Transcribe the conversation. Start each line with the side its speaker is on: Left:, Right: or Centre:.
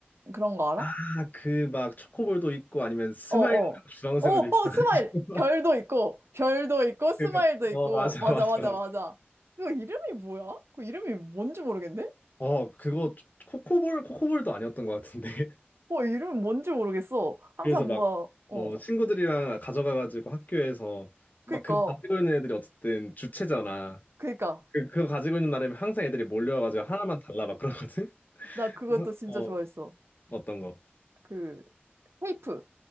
Right: 그런 거 알아?
Left: 아, 그 막 초코볼도 있고 아니면 스마일
Right: 어, 어.
Left: 주황색으로
Right: 어, 어,
Left: 돼 있어가지고
Right: 스마일! 별도
Left: <laughs>
Right: 있고, 별도 있고, 스마일도
Left: 그막
Right: 있고,
Left: 어, 맞아
Right: 맞아,
Left: 맞아
Right: 맞아,
Left: 맞아.
Right: 맞아. 그거 이름이 뭐야? 그 이름이 뭔지 모르겠네?
Left: 어, 그거 코코볼 코코볼도 아니었던 것 같은데. <laughs>
Right: 어, 이름 뭔지 모르겠어. 항상
Left: 그래서 막
Right: 뭔가, 어,
Left: 어, 친구들이랑 가져가가지고 학교에서 막
Right: 그니까,
Left: 그거 가지고 있는 애들이 어쨌든 주체잖아.
Right: 그니까.
Left: 그, 그거 가지고 있는 나름 항상 애들이 몰려와가지고 하나만 달라 막 그러거든?
Right: 나 그것도
Left: 그래서,
Right: 진짜
Left: 어,
Right: 좋아했어.
Left: 어떤 거?
Right: 그, 테이프.